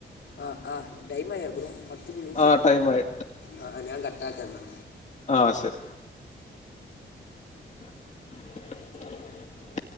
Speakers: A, on the left (about 70°); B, on the left (about 35°).
A: ആഹ് ആഹ് ടൈം ആയോ ബ്രോ പത്ത് മിനിറ്റ്
B: ആ ടൈമായി
A: ആഹ് ആഹ് ഞാ കട്ടാക്കാന്ന
B: ആഹ് ശരി <inaudible>